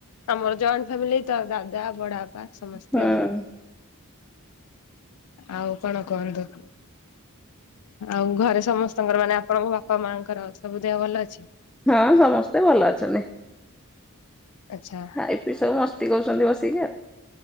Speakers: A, on the left; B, in the centre.
A: ଆମର ଜଏଣ୍ଟ୍ ଫ୍ୟାମିଲି ତ ଦାଦା ବଡ ବାପା ସମସ୍ତେ
B: ହୁଁ।
A: ଆଉ। ଆଉ କଣ କୁହନ୍ତୁ? ଆଉ ଘରେ ସମସ୍ତଙ୍କର ମାନେ ଆପଣଙ୍କ ବାପା ମାଆଙ୍କର ସବୁ ଦେହ ଭଲ ଅଛି?
B: ହଁ ସମସ୍ତେ ଭଲ ଅଛନ୍ତି।
A: ଆଚ୍ଛା।
B: ଏବେ ସବୁ ମସ୍ତି କରୁଚନ୍ତି ବସିକି ଆଉ।